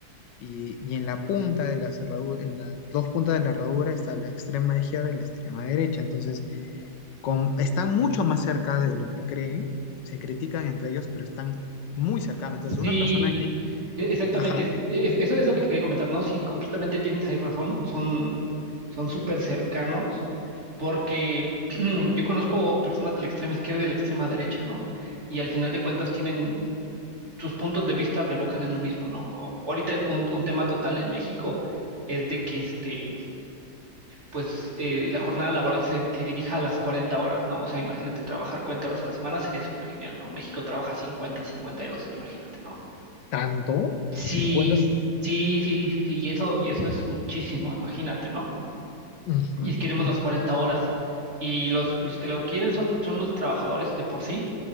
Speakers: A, on the left (about 85°); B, on the right (about 40°).
A: y, y en la punta de la cerradura, en las dos puntas de la herradura está la extrema izquierda y la extrema derecha, entonces con- están mucho más cerca de lo que creen, se critican entre ellos, pero están muy cercanos. Entonces, una
B: Sí,
A: persona que,
B: e- exactamente.
A: ajá,
B: es- es- Eso es lo que te quería comentar, ¿no? Sí, completamente tienes ahí razón. Son, son súper cercanos porque <clears throat> yo conozco personas de la extrema izquierda y de la extrema derecha, ¿no? Y al final de cuentas tienen tus puntos de vista revocan en lo mismo, ¿no? O- Ahorita en un, un tema total en México es de que este, pues eh, la jornada laboral se, te dirija a las 40 horas, ¿no? O sea, imagínate trabajar 40 horas a la semana sería súper genial, ¿no? México trabaja 50, 52, imagínate, ¿no?
A: tanto,
B: Sí,
A: cincuenta 50.
B: sí, sí, sí, sí, y eso, y eso es muchísimo, imagínate, ¿no?
A: Ujú,
B: Y si queremos
A: ujú,
B: las 40 horas y los, los que lo quieren son, son los trabajadores de por sí